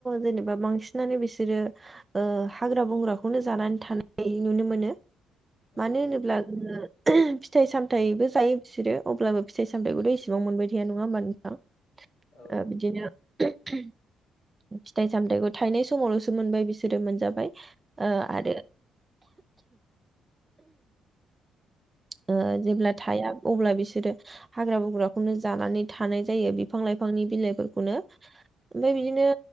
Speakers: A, on the right (about 20°); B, on the left (about 85°).
A: जेनेबा बांसिनानो बिस सोरो हाग्रा बंग्राखौनो जानानै थानाय नुनो मोनो।
B: औ
A: मानो होनोब्ला जोङो फिथाइ सामथायाइबो जायो बिसोरो अब्लाबो फिथाइ सामथायाइखौथ' एसेबां मोनबाय थाया नङा होमबा नो थां।
B: औ
A: ओ बिदिनो फिथाइ सामथायाइखौ थायनाय समावल'सो मोनबाय बिसोरो मोनजाबाय ओ आरो <inaudible> ओ जेब्ला थाया अब्ला बिसोरो हाग्रा बुग्राखौनो जानानै थानाय जायो बिफां लाइफांनि बिलाइफोरखौनो। ओमफाय
B: औ
A: बिदिनो